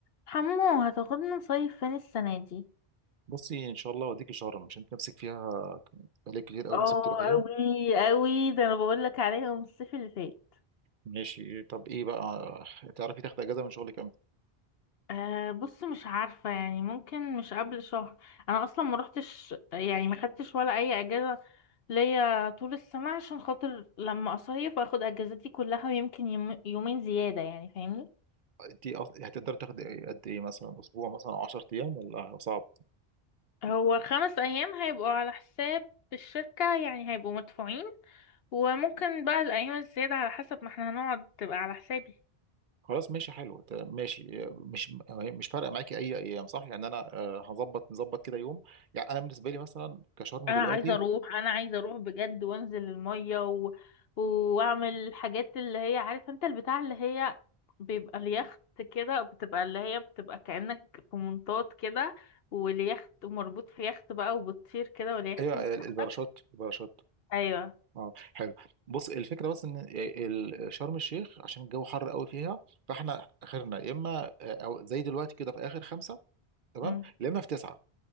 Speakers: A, on the left (about 70°); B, on the right (about 60°).
A: حمو هتاخدنا نصيف فين السنة دي
B: بصي ان شاء الله اوديكي شرم مش انت نفسك فيها عليك كتير قوي
A: اه
B: نفسك تروحيها
A: اوي اوي ده انا بقول لك عليهم الصيف اللي فات
B: ماشي طب ايه بقى تعرفي تاخدي اجازه من شغلك امتى
A: أه بص مش عارفة يعني ممكن مش قبل شهر أنا أصلا ما روحتش يعني ما خدتش ولا أي أجازة ليا طول السنة عشان خاطر لما أصيف أخد أجازتي كلها ويمكن يم- يومين زيادة يعني فاهمني
B: انت أص- هتقدري تاخدي إيه- قد ايه مثلا اسبوع مثلا او 10 ايام ولا صعب
A: هو خمس أيام هيبقوا على حساب الشركة يعني هيبقوا مدفوعين وممكن بقى الأيام الزيادة على حسب ما احنا هنقعد تبقى على حسابي
B: خلاص ماشي حلو ت- ماشي مش مش فارقه معاكي اي ايام صح يعني انا آه، هظبط نظبط كده يوم يعني انا بالنسبه لي مثلا كشرم
A: انا
B: دلوقتي
A: عايزه اروح انا عايزه اروح بجد وانزل الميه و... واعمل الحاجات اللي هي عارف انت البتاع اللي هي بيبقى اليخت كده بتبقى اللي هي بتبقى كأنك في منطاد كده واليخت مربوط في يخت بقى وبتطير كده واليخت
B: هي
A: متحرك
B: الباراشوت الباراشوت
A: ايوه
B: اه حلو بص الفكره بس ان ال- شرم الشيخ عشان الجو حر قوي فيها فاحنا اخرنا يا اما آه، او زي دلوقتي كده في اخر خمسه تمام
A: امم
B: يا اما في تسعه